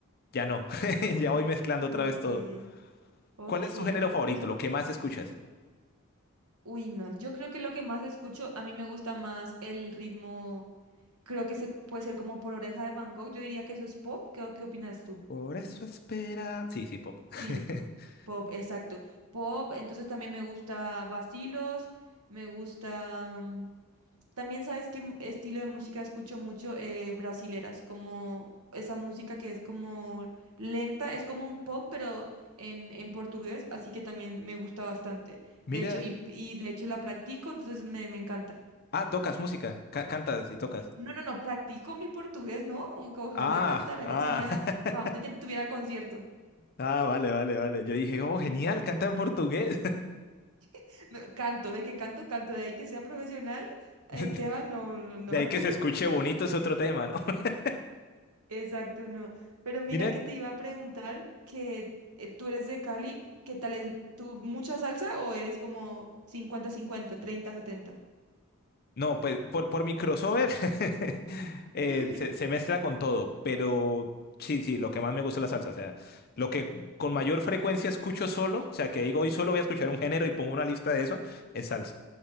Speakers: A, on the left; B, on the right.
A: ya no. <laughs> Ya voy mezclando otra
B: Ok,
A: vez todo.
B: ok,
A: ¿Cuál es tu género favorito?
B: pues,
A: ¿Lo que más escuchas?
B: uy, no, yo creo que lo que más escucho, a mí me gusta más el ritmo Creo que se puede ser como por oreja de Van Gogh. Yo diría que eso es pop. ¿Qué, qué opinas tú?
A: Por eso espera. Sí, sí, pop.
B: Sí,
A: <laughs>
B: pop, exacto. Pop, entonces también me gusta Vacilos, me gusta... mm, También sabes qué m- estilo de música escucho mucho eh, brasileras, como esa música que es como lenta, es como un pop, pero en, en portugués, así que también me gusta bastante.
A: Mira.
B: De hecho, y, y de hecho la practico, entonces me, me encanta.
A: Ah, tocas música, ca- cantas y tocas.
B: No, no, no, practico mi portugués, no, aunque ojalá
A: Ah,
B: cantara,
A: ah.
B: ya sería, fam,
A: <laughs>
B: te- te- tuviera concierto.
A: Ah, vale, vale, vale. Yo dije, oh, genial, canta en portugués.
B: <laughs> No, canto, de qué canto, canto, de ahí que sea profesional, Esteban,
A: <laughs>
B: no, no, no,
A: De ahí que
B: <laughs>
A: se escuche bonito es otro tema, ¿no? <laughs>
B: exacto, no. Pero mira
A: Mira,
B: que te iba a preguntar que eh, tú eres de Cali, ¿qué tal es tú mucha salsa o eres como cincuenta-cincuenta, treinta-setenta?
A: No, pues por, por mi crossover <laughs> eh,
B: <laughs>
A: se, se mezcla con todo, pero sí, sí, lo que más me gusta es la salsa, o sea, lo que con mayor frecuencia escucho solo, o sea, que digo hoy solo voy a escuchar un género y pongo una lista de eso, es salsa,